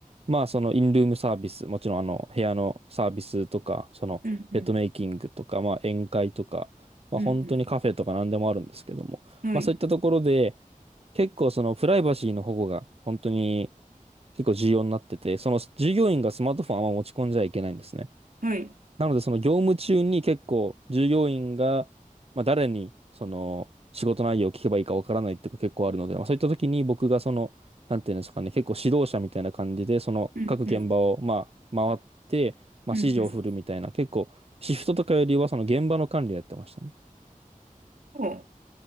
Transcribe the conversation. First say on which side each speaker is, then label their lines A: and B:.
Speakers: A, on the right; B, on the right.
A: まあ、そのインルームサービス、もちろんあの部屋のサービスとか、そのベッドメイキングとか、
B: うん、うん、
A: まあ宴会とか、まあ本当にカフェとか何でもあるんですけども、
B: うん、うん、はい、
A: まあそういったところで、結構そのプライバシーの保護が本当に結構重要になってて、その従業員がスマートフォンをあんま持ち込んじゃいけないんですね。
B: はい、
A: なので、その業務中に結構従業員が、まあ、誰にその仕事内容を聞けばいいかわからないっていうか結構あるので、まあ、そういった時に僕がその、なんていうんですかね、結構指導者みたいな感じで、その各現場をまあ回って、
B: うん、うん、
A: まあ、
B: うん、
A: 指示を振るみたいな、
B: うん。
A: 結構シフトとかよりはその現場の管理をやってましたね。
B: そう、